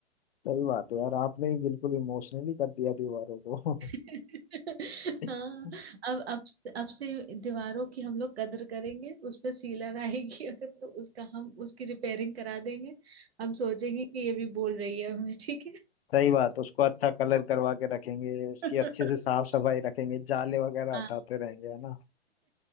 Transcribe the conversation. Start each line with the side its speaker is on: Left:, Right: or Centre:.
Left: सही बात है यार आपने भी बिल्कुल इमोशनली कर दिया दीवारों को
Right: <laughs>
Left: <laughs>
Right: हाँ अब अब अब से दीवारों की हम लोग कदर करेंगे उस पे सीलन आएगी <laughs> अगर तो उसका हम उसकी रिपेयरिंग करा देंगे हम सोचेंगे कि ये भी बोल रही है हमें ठीक है
Left: सही बात उसको अच्छा कलर करवा के रखेंगे उसकी
Right: <laughs>
Left: अच्छे से साफ सफाई रखेंगे जाले वगैरह
Right: हाँ
Left: हटाते रहेंगे है ना